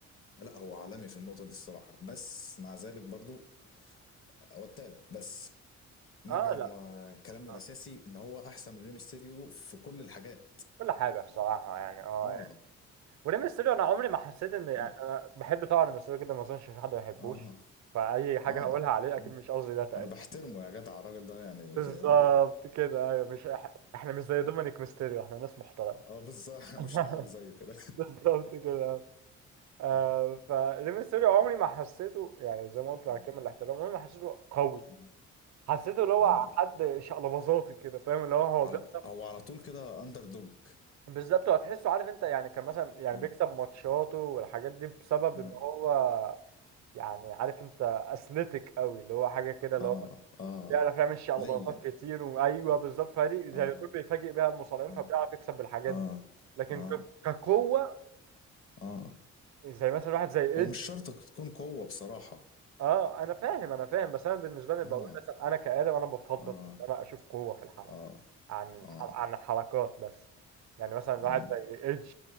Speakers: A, on the left (about 45°); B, on the right (about 65°).
A: لا هو عالمي في النقطة دي الصراحة بس مع ذلك برضو هو التالت بس نرجع
B: آه.
A: لما
B: لا
A: كلامنا
B: آه.
A: الأساسي إن هو أحسن من ريمستيريو في كل الحاجات
B: كل حاجة الصراحة يعني اه
A: آه
B: وريم ميستيريو انا عمري ما حسيت ان يعني
A: آه
B: انا بحب طبعا ريم ميستيريو جدا ما اظنش في حد ما يحبوش
A: آه,
B: فاي حاجه
A: آه.
B: هقولها عليه
A: كل-
B: اكيد مش قصدي ده تقريبا
A: أنا بحترمه يا جدع الراجل ده يعني
B: بالظبط
A: زي أبويا
B: كده ايوه مش إح... احنا مش زي دومينيك ميستيريو احنا ناس محترمه
A: اه بالظبط <laughs> انا
B: <laughs>
A: مش عاق زيه كده
B: بالظبط كده آه
A: <laughs> اه
B: فريم ميستيريو عمري ما حسيته يعني زي ما قلت
A: مم.
B: على كامل الاحترام عمري ما حسيته قوي
A: مم.
B: حسيته اللي هو
A: اه
B: حد شقلباظاتي كده فاهم اللي هو هو
A: على
B: بيكسب
A: هو على طول كده اندر دوج
B: بالظبط هتحسه عارف انت يعني كان مثلا يعني
A: اه
B: بيكسب ماتشاته والحاجات دي بسبب
A: اه
B: ان هو يعني عارف انت اثليتيك قوي اللي هو حاجه كده اللي
A: اه
B: هو
A: اه
B: بيعرف يعمل شيء على
A: لين
B: باصات كتير وايوه بالظبط فريق زي
A: اه
B: يوتيوب بيفاجئ بيها المصارعين
A: اه
B: فبيعرف يكسب بالحاجات
A: اه
B: دي لكن
A: اه
B: ك- كقوه
A: اه
B: زي مثلا واحد زي ايدج
A: هو مش شرط تكون قوة بصراحة
B: اه انا فاهم انا فاهم بس انا بالنسبه لي
A: اه
B: بقول مثلا انا كادم انا بفضل
A: اه
B: ان انا اشوف قوه في الحلبه
A: اه
B: عن
A: اه
B: الح- عن الحركات بس يعني مثلا
A: مم.
B: واحد زي ايدج